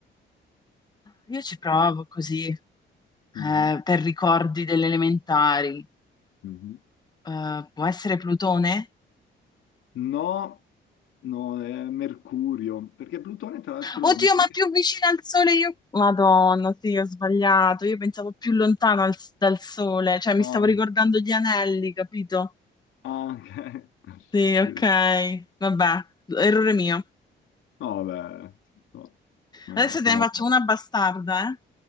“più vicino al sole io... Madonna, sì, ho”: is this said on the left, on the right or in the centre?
Left